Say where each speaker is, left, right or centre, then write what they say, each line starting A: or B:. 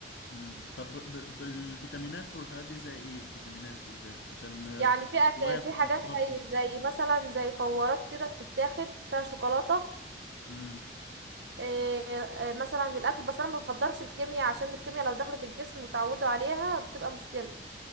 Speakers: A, on the left; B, on the right.
A: مم. طب ب- ب- بالفيتامينات والحاجات دي زي ايه الفيتامينات بالذات عشان آه،
B: يعني في أك...
A: شوية كنت
B: في حاجات
A: محتار فيه
B: زي زي مثلا زي فورات كده بتتاخد فيها شوكولاتة
A: امم
B: آه، آه، مثلا الاكل بس انا ما بفضلش الكيمياء عشان الكيمياء لو دخلت الجسم وتعودوا عليها بتبقى مشكلة